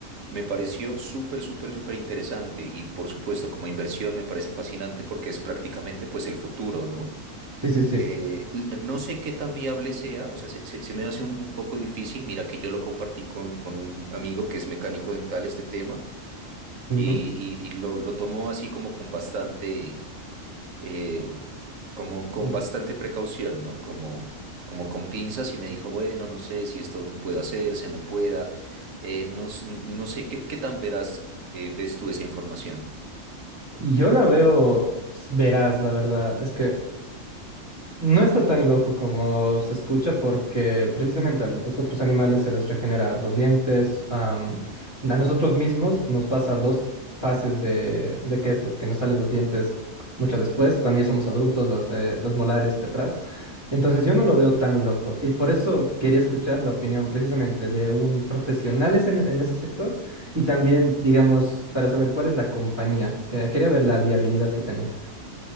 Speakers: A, on the right; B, on the right.
A: Me pareció súper, súper, súper interesante y por supuesto como inversión me parece fascinante porque es prácticamente pues el futuro, ¿no?
B: Sí, sí, sí.
A: Eh, l- no sé qué tan viable sea, o sea, se, se- se me hace un, un poco difícil. Mira que yo lo compartí con, con un amigo que es mecánico dental este tema
B: Ujú.
A: y, y- y lo, lo tomó así como con bastante eh, como con
B: Mm.
A: bastante precaución, ¿no? Como, como con pinzas y me dijo, bueno, no sé si esto puede hacerse, no pueda, eh, no, s- no sé, ¿qué, qué tan verás eh, ves tú esa información?
B: Yo la veo s- veraz, la verdad. Es que No está tan loco como se escucha porque precisamente a los otros animales se les regenera los dientes. am, a nosotros mismos nos pasa dos fases de, de que esto, que nos salen los dientes mucho después, cuando ya somos adultos, las, eh, los molares de atrás. Entonces yo no lo veo tan loco y por eso quería escuchar la opinión precisamente de un profesional es- en, en ese sector y también, digamos, para saber cuál es la compañía. que- Quería ver la viabilidad que tenía.